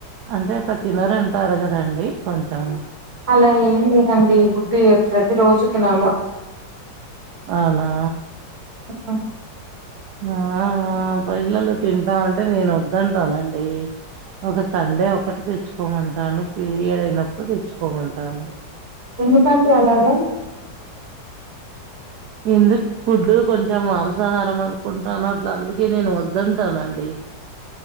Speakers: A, on the right (about 70°); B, on the right (about 35°).
A: అంటే అట్లా తినరంటారు కదండి కొంచెం
B: అలా ఏం లేదండి గుడ్డు ప్రతి రోజు తినాల
A: అవునా
B: ఆ
A: ఆ పిల్లలు తింటామంటే నేను <unintelligible> ఒక సం డే ఒకటి తెచ్చుకోమంటాను పీరియడ్ అయినప్పుడు తెచ్చుకోమంటాను
B: ఎందుకండి అలాగ
A: ఎందుకు గుడ్డు కొంచెం మాంసాహారం అనుకుంటాను అట్ల అందుకే నేను వద్దుఅంటానండి